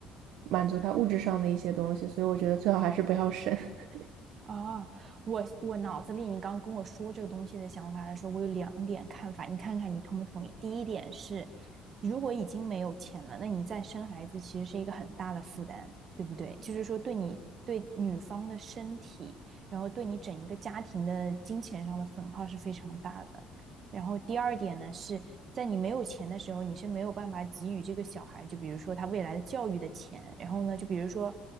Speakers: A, on the right; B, on the right.
A: 满足他物质上的一些东西，所以我觉得最好还是不要生。<laughs>
B: 哦，我我脑子里你刚跟我说这个东西的想法来说，我有两点看法，你看看你同不同意？第一点是，如果已经没有钱了，那你再生孩子其实是一个很大的负担，对不对？就是说对你对女方的身体，然后对你整一个家庭的金钱上的损耗是非常大的。然后第二点呢是，在你没有钱的时候，你是没有办法给予这个小孩，就比如说他未来的教育的钱。然后呢，就比如说，